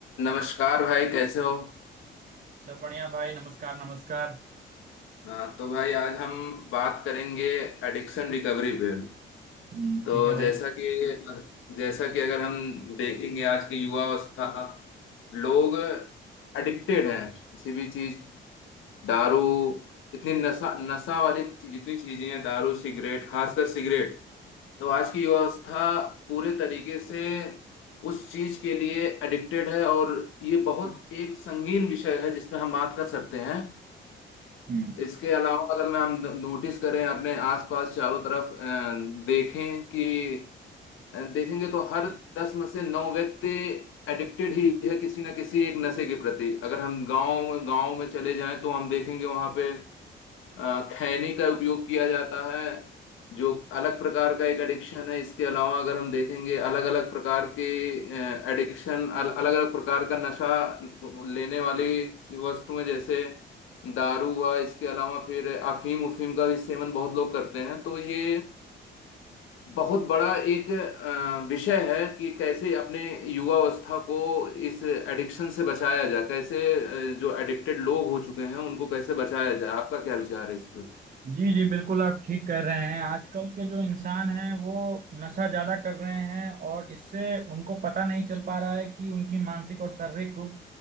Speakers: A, on the left; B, on the right.
A: नमस्कार भाई कैसे हो
B: सब बढ़िया भाई नमस्कार नमस्कार
A: हाँ, तो भाई आज हम बात करेंगे एडिक्शन रिकवरी पे
B: हम्म,
A: तो
B: ठीक है भाई
A: जैसा कि जैसा कि अगर हम देखेंगे आज की युवा अवस्था लोग एडिक्टेड हैं किसी भी चीज दारू इतनी नशा नशा वाली चीज- जितनी चीजें हैं दारू सिगरेट खासकर सिगरेट तो आज की युवा अवस्था पूरे तरीके से उस चीज के लिए एडिक्टेड है और ये बहुत एक संगीन विषय है जिसमें हम बात कर सकते हैं
B: हम्म
A: इसके अलावा अगर मैं हम नोटिस करें अपने आसपास चारों तरफ अ, देखें कि अ, देखेंगे तो हर दस में से नौ व्यक्ति एडिक्टेड ही है किसी ना किसी एक नशे के प्रति अगर हम गांव गांव में चले जाएं तो हम देखेंगे वहां पे अ, खैनी का उपयोग किया जाता है जो अलग प्रकार का एक एडिक्शन है इसके अलावा अगर हम देखेंगे अलग अलग प्रकार के एडिक्शन अलग अलग प्रकार का नशा लेने वाली वस्तुएं जैसे दारू हुआ इसके अलावा फिर अफीम उफीम का भी सेवन बहुत लोग करते हैं तो ये बहुत बड़ा एक अ, विषय है कि कैसे अपने युवावस्था को इस एडिक्शन से बचाया जाए कैसे अ, जो एडिक्टेड लोग हो चुके हैं उनको कैसे बचाया जाए आपका क्या विचार है इस पे
B: जी जी बिल्कुल आप ठीक कह रहे हैं आजकल के जो इंसान हैं वो नशा ज्यादा कर रहे हैं और इससे उनको पता नहीं चल पा रहा है कि उनकी मानसिक और शारीरिक रूप